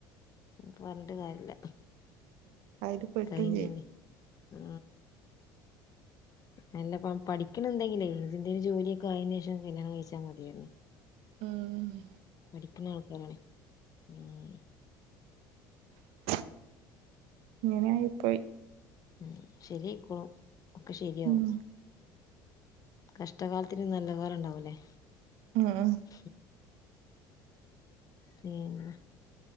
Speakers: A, on the left (about 35°); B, on the right (about 65°).
A: പറഞ്ഞിട്ട് കാര്യല്ല
B: അതില് പെട്ടും
A: കയിഞിലെ.
B: ചെയ്തു
A: ആ നല്ലപ്പ പഠിക്ക്ൺണ്ടങ്കിൽ ഇജ് എന്തെലും ജോലിയൊക്കെ ആയിന് ശേഷം കല്യാണം കഴിച്ചാമതിആയിരുന്നു
B: മ്മ്
A: പഠിക്ക്ണ ആൾക്കാരാണ് ഉം
B: <inaudible> ഇങ്ങനേ ആയി പ്പോയി
A: മ്മ് ശരിഅയിക്കോളും ഒക്കെ ശരി
B: ഉം
A: ആവും കഷ്ടകാലത്തിന് നല്ല കാലം ഇണ്ടാവുല്ലേ
B: മ് ഹ്
A: <unintelligible> പീന്നെ